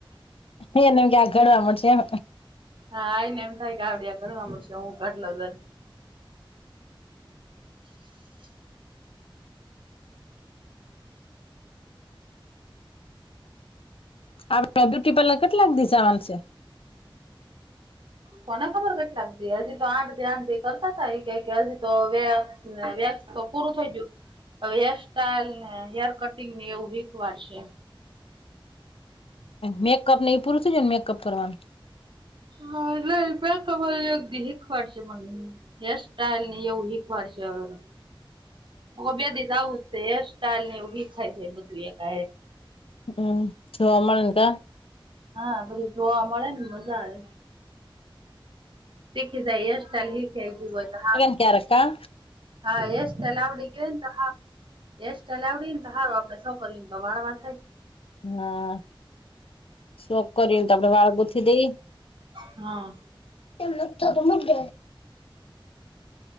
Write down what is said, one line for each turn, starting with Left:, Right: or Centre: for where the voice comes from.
Left: હ એનેમ ક્યાંક ઘડવા મળશે એમ
Right: હા આ આવીને એમ થાય કે આવડિયા કડવા મળડશે હું કરલોજ હમ <unintelligible>
Left: આપડે બ્યુટી પાર્લર કેટલાક દિશાવાનું છે.
Right: કોને ખબર કેટ લાગતી હજી તો આઠ દ આઠ કરતા ત એ કે હજી તો વે નાવયા તો પૂરું થઈ ગયું. હવે હેરસ્ટાઈઇલ ને હેર કટિંગ ની એવું શીખવાર છે. હ <unintelligible>
Left: મેકઅપ નહિ એ પૂરું થઈ જાયને મેકઅપ કરવાનું.
Right: હા એટલે રેતો ગણ ખબર અગધી હ શીખવાડસે મને હેર સ્ટાઈલ ની એવું શીખવાડ છે હ હવે બ દિવ આવું જ હેર સ્ટાઈલ ને એવું શીખાય છે બધું એક ક
Left: હમ જોવા મળે ને કા
Right: હા બધું જોવા મળે ને મજા આવે શીખી જાય ય સેલવિ હેગી હોય તો હારું
Left: કે્યારેકા.
Right: હા એસ્ટ લાવડીિક એંત હા એસ્ટ લ આવડી ને તો સારું આપડે શો કરીને તો વાળવા થાય
Left: હા છોકરીને તો આપડે વાળ ગુથી દઈ
Right: હમ
Left: એમને થ તો મક